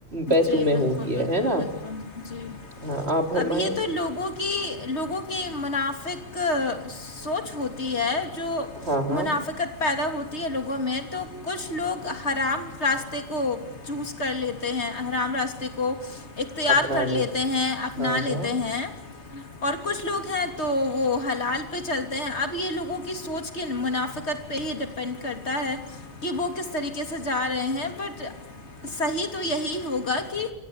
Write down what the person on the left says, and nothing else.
جی
بالکل
بالکل
بالکل جی
اب یہ تو لوگوں کہ لوگوں کی منافق سوچ ہوتی ہے جو
منافقت پیدا ہوتی ہے لوگوں میں تو کچھ لوگ حرام راستے کو چوز کر لیتے ہیں حرام راستے کو اختیار
کر لیتے
ہیں اپنا
لیتے
ہیں اور کچھ لوگ ہیں تو وہ حلال پہ چلتے ہیں اب یہ لوگوں کی سوچ کی منافقت پہ ہی ڈیپینڈ کرتا ہے کہ وہ کس طریقے سے جا رہے ہیں بٹ صحی تو یہی ہوگا کہ